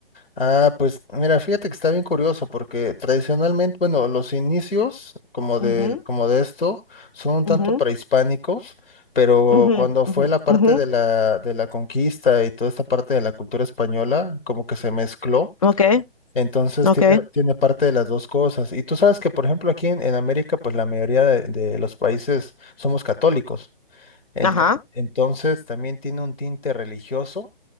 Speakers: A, on the left; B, on the left.
A: Ah, pues mira, fíjate que está bien curioso porque tradicionalmente, bueno, los inicios como de,
B: Ujú,
A: como de esto son un tanto
B: ujú,
A: prehispánicos, pero
B: ujú,
A: cuando fue
B: ujú,
A: la parte
B: ujú.
A: de la, de la conquista y toda esta parte de la cultura española, como que se mezcló,
B: Ok,
A: entonces
B: ok,
A: tiene, tiene parte de las dos cosas. Y tú sabes que, por ejemplo, aquí en, en América, pues la mayoría de, de los países somos católicos, Ento-
B: ajá.
A: entonces también tiene un tinte religioso